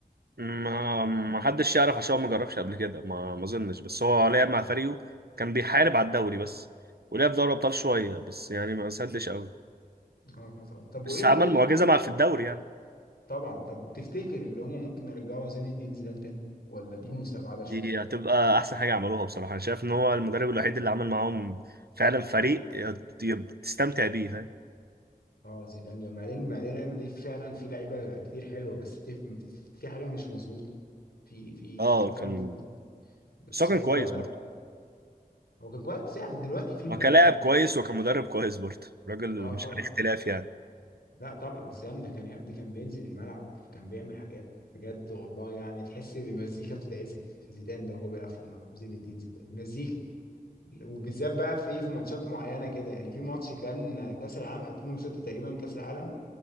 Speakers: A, on the right; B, on the left.
A: ما ما حدش يعرف عشان هو ما جربش قبل كده ما ما اظنش بس هو لعب مع فريقه كان بيحارب على الدوري بس ولعب في دوري ابطال شويه بس يعني ما سدش قوي
B: اه طبعا طب
A: بس
B: وايه ال-
A: عمل
B: ايه ال-
A: معجزه
B: ليه
A: مع في الدوري يعني
B: طبعا طب تفتكر اللي هم ممكن يرجعوا زين الدين زيدان تاني ولا دي مستبعده شويه
A: دي هتبقى احسن حاجه عملوها بصراحه انا شايف ان هو المدرب الوحيد اللي عمل معاهم فعلا فريق يت- يب- تستمتع بيه فاهم
B: اه زيدان جامد بعدين بعدين ريال مدريد فعلا في لعيبه كتير حلوه بس تف... في حاجه مش مظبوطه في في
A: اه
B: في حاجه فعلا
A: كان
B: مش مظبوطه بس
A: بس هو كان
B: هو
A: كويس برضه
B: هو كان كويس يعني دلوقتي في
A: وكلاعب
B: مبابي
A: كويس وكمدرب كويس برضه الراجل
B: اه
A: مش
B: طبعا
A: عليه اختلاف يعني
B: لا طبعا زيدان ده كان يا ابني كان بينزل الملعب كان بيعمل حاجات بجد والله يعني تحس ان المزيكا بتتعزل زيدان ده وهو بيلعب في الملعب زين الدين زيدان مزيكا وبالذات بقى في ايه في ماتشات معينه كده يعني في ماتش كان كاس العالم 2006 تقريبا كاس العالم